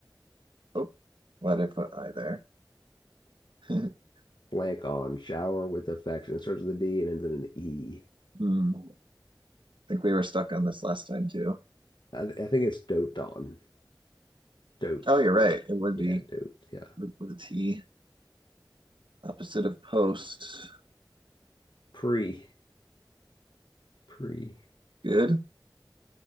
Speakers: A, on the right; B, on the left.
A: Oh, why did I put I there? <laughs>
B: Blank on shower with affection. It starts with a D and ends in an E.
A: Hmm. I think we were stuck on this last time too.
B: I, I think it's dote on. Dote.
A: Oh, you're right.
B: Yep.
A: It would
B: Yeah,
A: be
B: dote. Yeah.
A: with, with a T. Opposite of post.
B: Pre. Pre.
A: Good.